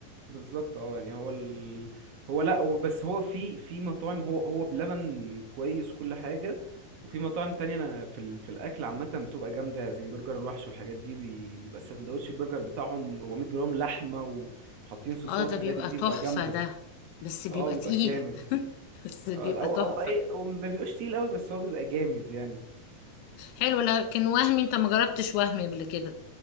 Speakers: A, on the right; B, on the left.
A: بالظبط اه يعني هو ال... هو لا هو بس هو في في مطاعم هو هو بلبن كويس كل حاجة وفي مطاعم تانية انا في ال... في الاكل عامة بتبقى جامدة زي برجر الوحش والحاجات دي بي... بيبقى السندوتش البرجر بتاعهم 400 جرام لحمة وحاطين صوصات
B: اه ده
A: وحاجات
B: بيبقى
A: من دي
B: تحفه
A: بيبقى جامدة
B: ده بس بيبقى
A: اه بيبقى
B: تقيل
A: جامد
B: <laughs> بس بيبقى
A: اه او
B: تحفه
A: او اي هو ما بيبقاش تقيل قوي بس هو بيبقى جامد يعني
B: حلو لكن وهمي انت ما جربتش وهمي قبل كده